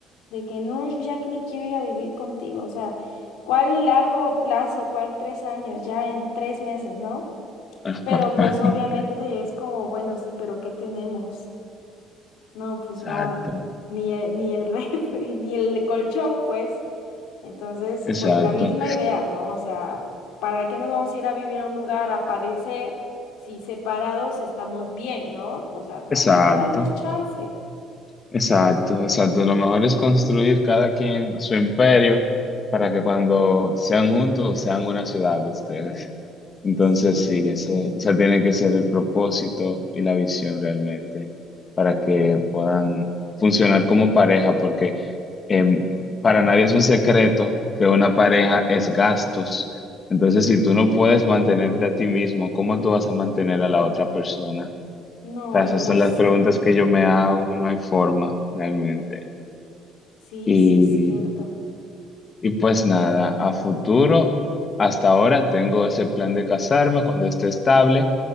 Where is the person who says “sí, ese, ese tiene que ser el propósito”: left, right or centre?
Left